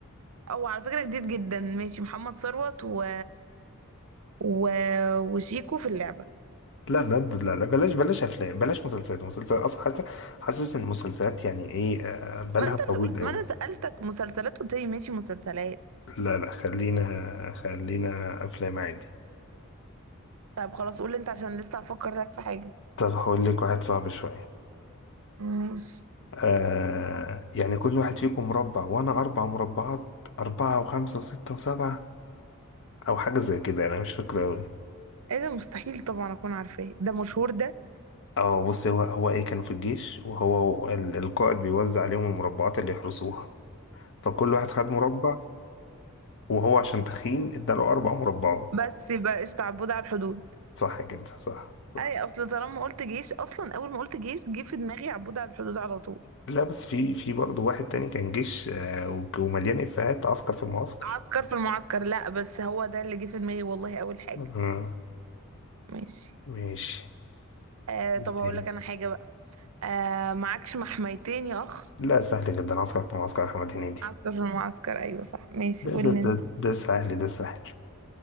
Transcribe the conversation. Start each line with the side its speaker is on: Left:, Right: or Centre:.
Right: او على فكره جديد جدا ماشي محمد ثروت و... و... وشيكو في اللعبه
Left: لا لا لا لا بلاش بلاش افلام بلاش مسلسلات مسلسلات اصلا حاسس حاسس ان المسلسلات يعني ايه آه، بالها
Right: ما انت
Left: طويل
Right: اللي قلت
Left: قوي
Right: ما انا سالتك مسلسلات قلت لي ماشي مسلسلات
Left: لا لا خلينا خلينا افلام عادي
Right: طب خلاص قول لي انت عشان لسه هفكر لك في حاجه
Left: طب هقول لك واحد صعب شويه
Right: ماشي
Left: آه يعني كل واحد فيكم مربع وانا اربع مربعات اربعه وخمسه وسته وسبعه او حاجه زي كده انا مش فاكره قوي
Right: ايه ده مستحيل طبعا اكون عارفاه ده مشهور ده
Left: اه بص هو هو ايه كانوا في الجيش وهو ال- القائد بيوزع عليهم المربعات اللي يحرسوها فكل واحد خد مربع وهو عشان تخين اداله أربع مربعات
Right: بس بقى قشطة عبود على الحدود
Left: صح كده صح صح
Right: اي اصل طالما قلت جيش اصلا اول ما قلت جيش جه في دماغي عبود على الحدود على طول
Left: لا بس في في برضه واحد تاني كان جيش آه، وك- ومليان إفيهات عسكر في المعسكر
Right: عسكر في المعسكر لا بس هو ده اللي جه في دماغي والله اول حاجه
Left: مم.
Right: ماشي
Left: ماشي
Right: آه
Left: إيه
Right: طب
Left: تاني
Right: هقول لك انا حاجه بقى آه معكش محميتين يا اخ
Left: لا سهل جدا عسكر في المعسكر أحمد هنيدي
Right: عسكر في المعسكر ايوه صح ماشي
Left: ده
Right: قول
Left: ده
Right: لي انت
Left: ده, ده سهل ده سهل